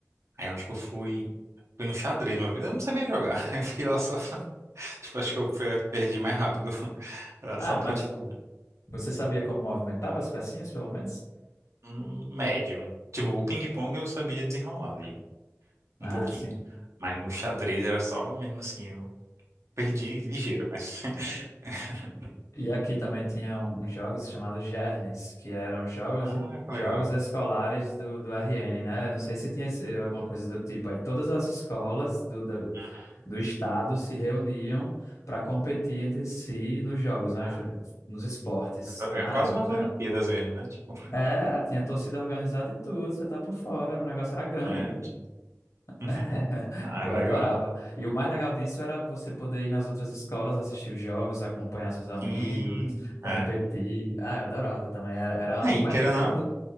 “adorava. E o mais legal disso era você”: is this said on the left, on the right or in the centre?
Left